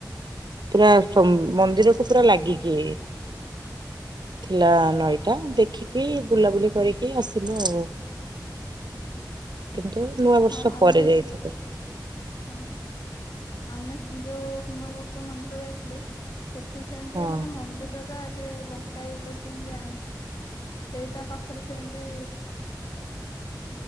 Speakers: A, on the right; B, on the left.
A: ପୁରା ମନ୍ଦିରକୁୁ ପୁରା ଲାଗିକି ଥିଲା ନଈଟା ଦେଖିକି ବୁଲାବୁଲି କରିକି ଆସିଲୁ ଆଉ। କିନ୍ତୁ ନୂଆ ବର୍ଷ
B: ହଁ ଆମେ
A: ପରେ ଯାଇଥିଲୁ।
B: ହଁ ଆମେ ସି ହୁମା ବକ୍ର ମନ୍ଦିର ଯାଇ ଥିଲୁ ସେଠି ସେମିତି
A: ହଁ
B: ମାନେ ମନ୍ଦିର ଟା ଇଏ ବଙ୍କା ଇଏ କରୁଚନ୍ତି ଜାଣିକି, ସେଇ ତା ପାଖରେ ସେମତି